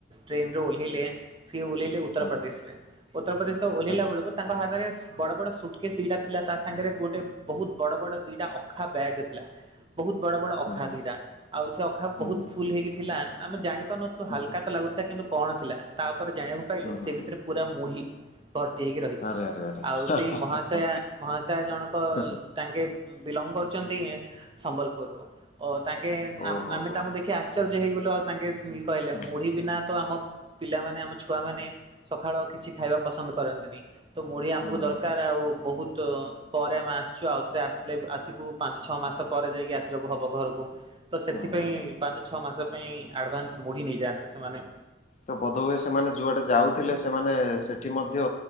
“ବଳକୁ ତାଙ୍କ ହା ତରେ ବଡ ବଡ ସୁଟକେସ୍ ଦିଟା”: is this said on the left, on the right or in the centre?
Right